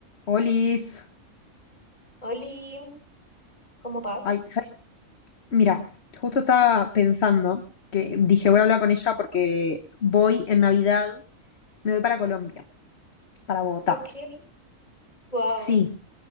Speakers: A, on the left (about 55°); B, on the left (about 25°).
A: Olis.
B: Oli, ¿cómo vas?
A: Ay, ¿sabes? Mira, justo estaba pensando que dije voy a hablar con ella porque voy en Navidad, me voy para Colombia, para Bogotá.
B: Ok, wow,
A: Sí,